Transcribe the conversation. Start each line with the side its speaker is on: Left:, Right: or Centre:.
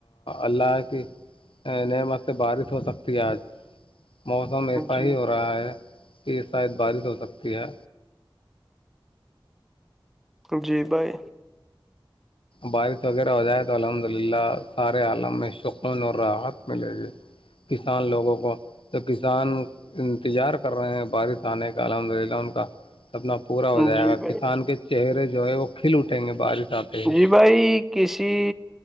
Left: اللہ کی نعمت سے بارش ہو سکتی ہے آج موسم اس
Centre: جی
Left: رہا ہے کہ یہ شاید بارش ہو سکتی ہے
Centre: جی بھائی
Left: بارش وغیرہ ہو جائے تو الحمد للہ سارے عالم میں سکون اور راحت ملے گی کسان لوگوں کو تو کسان انتظار کر رہے ہیں بارش آنے کا الحمد للہ ان کا سپنا پورا ہو جائے
Centre: جی
Left: گا
Centre: بھائی
Left: کسان کے چہرے جو ہے وہ کھل اٹیں گے بارش آتے ہی
Centre: جی بھائی کسی